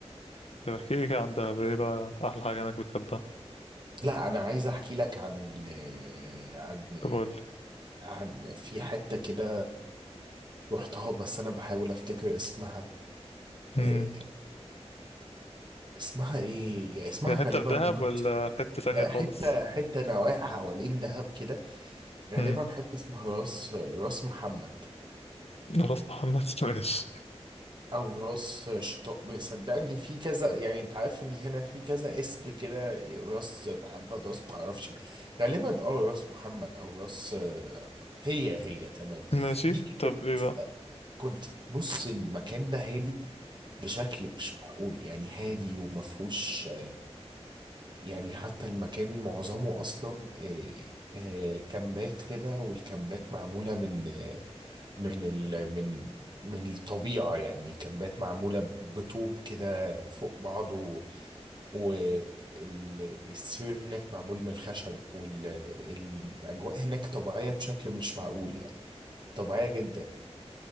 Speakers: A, on the left; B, on the right.
A: طب احكي لي كده عن دهب ايه بقى احلى حاجه انك بتحبها
B: لا أنا عايز أحكي لك عن ال آه، عن آه،
A: طب قول لي
B: عن في حتة كده رحتها بس انا بحاول افتكر اسمها إيه
A: امم
B: اسمها ايه يعني اسمها
A: هي حته
B: غالبا
A: في دهب
B: مرت
A: ولا حته ثانيه
B: لا،
A: خالص
B: حته حته نواحي حوالين دهب كده غالبا
A: امم
B: حته اسمها راس راس محمد
A: راس محمد <laughs> ماشي
B: او راس شطاء صدقني في كذا يعني انت عارف ان هنا في كذا اسم كده راس محمد راس معرفش مين. غالبا اه راس محمد او راس آه، هي هي تمام
A: ماشي
B: دي كده
A: طب ايه بقى
B: كنت بص المكان ده هادي بشكل مش معقول يعني هادي وما فيهوش يعني حتى المكان معظمه اصلا آه، آه، كامبات كده والكامبات معموله من آه، من ال من من الطبيعه يعني كامبات معموله بطوب كده فوق بعض والسور هناك معمول من الخشب والاجواء هناك طبيعيه بشكل مش معقول يعني طبيعيه جدا